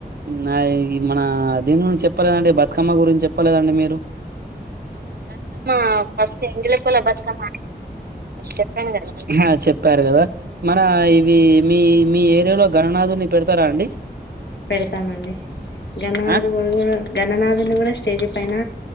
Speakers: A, on the right; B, on the left.
A: నా ఈ మన దీని గురించి చెప్పలేదండి బతుకమ్మ గురించి చెప్పలేదండి మీరు బతుకమ్మ ఫస్ట్ ఎంగిలి పుల బతుకమ్మ చెప్పాను కదండి హు చెప్పారు రు కదా మన ఇవి మీ మీ ఏరియాలో గణనాధుని పెడతారా అండి
B: పెడతామండి గణనాది
A: ఆ
B: గణనాథుని కూడా స్టేజీ పైన